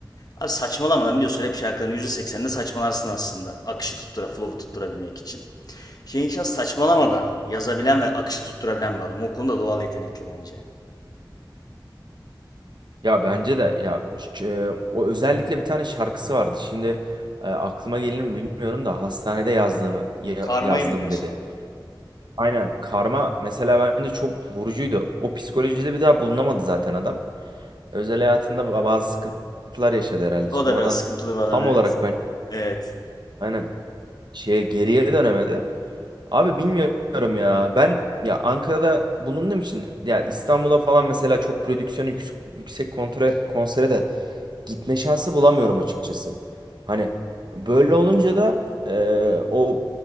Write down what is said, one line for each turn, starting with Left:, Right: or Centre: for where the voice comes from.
Left: abi saçmalamadan biliyorsun rap şarkılarının yüzde sekseninde saçmalarsın aslında. Akışı tuttura, flow'u tutturabilmek için. Şehinşah saçmalamadan yazabilen ve akışı tutturabilen bir adam. O konuda doğal yetenekli bence.
Right: Ya bence de ya ş- e, o özellikle bir tane şarkısı vardı. Şimdi e, aklıma gelir mi bilmiyorum da hastanede yazdığımı ya-
Left: Karmayı
Right: yazdım
Left: mı diyorsun?
Right: dedi. Aynen karma mesela bence çok vurucuydu. O psikolojide bir daha bulunamadı zaten adam. Özel hayatında ba- bazı sıkıntılar yaşadı herhalde.
Left: O
Right: Sonradan
Left: da biraz sıkıntılı bir adam
Right: tam
Left: evet.
Right: olarak ben
Left: Evet.
Right: aynen şeye geriye dönemedi. Abi bilmiyorum ya. Ben ya Ankara'da bulunduğum için ya İstanbul'a falan mesela çok prodüksiyonu yüksek, yüksek kontre, konsere de gitme şansı bulamıyorum açıkçası. Hani böyle olunca da e, o